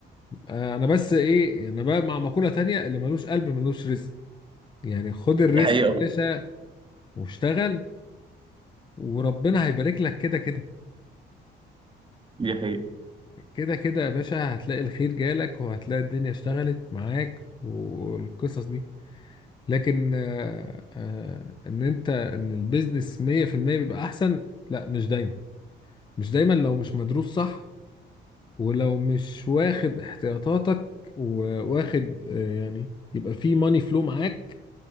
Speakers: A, on the left (about 25°); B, on the right (about 25°).
A: آه، انا بس ايه انا بقى مع مقولة تانية اللي ملوش قلب ملوش رزق يعني خد الرزق
B: دي حقيقه
A: يا باشا واشتغل وربنا هيبارك لك كده كده
B: دي حقيقه
A: كده كده يا باشا هتلاقي الخير جالك وهتلاقي الدنيا اشتغلت معاك والقصص دي لكن آه، آه، ان انت ان البيزنس 100% بيبقى احسن لا مش دايما مش دايما لو مش مدروس صح ولو مش واخد احتياطاتك وواخد آه، يعني يبقى في ماني فلو معاك